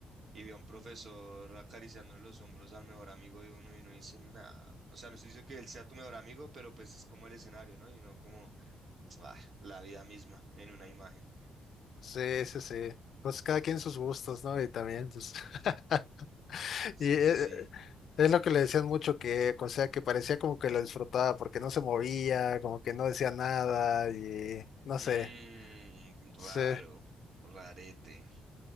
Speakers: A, on the right; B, on the left.
A: y ve a un profesor acariciándole los hombros al mejor amigo de uno y no dice nada. O sea, no estoy diciendo que él sea tu mejor amigo, pero pues es como el escenario, ¿no? Y uno como ah, la vida misma en una imagen.
B: sí, sí, sí. Pues cada quien sus gustos, ¿no? Y también, pues. <laughs>
A: Sí,
B: Y eh,
A: sí, sí.
B: es, lo que le decían mucho que, o sea, que parecía como que lo disfrutaba porque no se movía, como que no decía nada y no
A: Mmm,
B: sé. Sí,
A: raro, rarete.